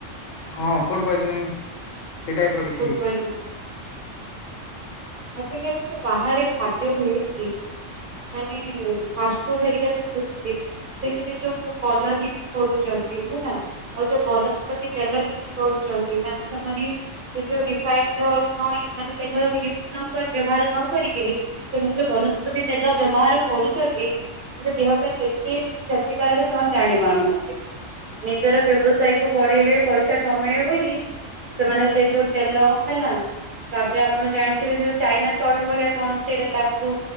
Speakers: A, on the left (about 80°); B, on the right (about 55°).
A: ହଁ ଫୁଡ ପଏଜନିଂ। ସେ ଟାଇପ ର କିଛି
B: ଫୁଡ୍
A: ହେଇଛି।
B: ପଏଜନ ଆଜିକାଲି ଯୋଉ ବାହାରେ ଖାଦ୍ୟ ମିଳୁଛି ମାନେ ଫାଷ୍ଟଫୁଡହେରିକା ଯ ମିଳୁଛି ସେଥିରେ ଯୋଉ କଲର ୟୁଜ କରୁଛନ୍ତି ହେଲା ଆଉ ଯୋଉ ବନସ୍ପତି ତେଲ ୟୁଜ କରୁଛନ୍ତି ମାନେ ସେମାନେ ସେ ଯୋଉ ରିଫାଇନ ଅଏଲ ନହେଇ ମାନେ ତେଲ ଜଉ ୟୁଜ ବ୍ୟବହାର ନ କରିକିରି ସେମାନେ ଯୋଉ ବନସ୍ପତି ତେଲ ବ୍ୟବହାର କରୁଛନ୍ତି ସେଟା ଦେହ ପାଇଁ କେତେ କ୍ଷତିକାରକ ସେମାନେ ଜାଣି ପାରୁନାହାନ୍ତି ନିଜର ବ୍ୟବସାୟ କୁ ବଢେଇବେ ପଇସା କମେଇବେ ବୋଲି ସେମାନେ ସେ ଯୋଉ ତେଲ ହେଲା ତାପରେ ଆପଣ ଜାଣି ଯୋଉ ଚାଇନା ସଲ୍ଟ ଭଳିଆ କଣ ସେଟା ତାକୁ